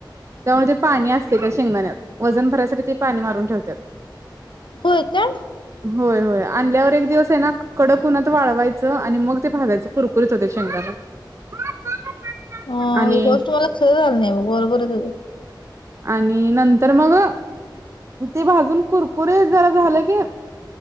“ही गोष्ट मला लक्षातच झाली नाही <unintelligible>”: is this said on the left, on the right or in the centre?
Left